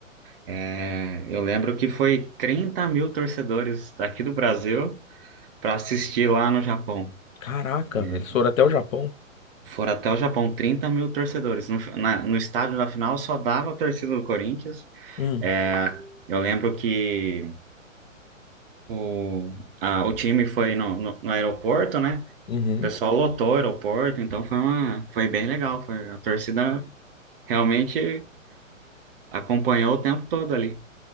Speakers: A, on the right; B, on the left.
A: É, eu lembro que foi 30 mil torcedores daqui do Brasil para assistir lá no Japão.
B: Caraca,
A: É,
B: eles foram até o Japão.
A: Foram até o Japão, 30 mil torcedores. No, na- no estádio da final só dava a torcida do Corinthians.
B: Hum,
A: É, eu lembro que o, a- o time foi no, no, no aeroporto, né?
B: uhum.
A: O pessoal lotou o aeroporto, então foi uma, foi bem legal. Foi, a torcida realmente acompanhou o tempo todo ali.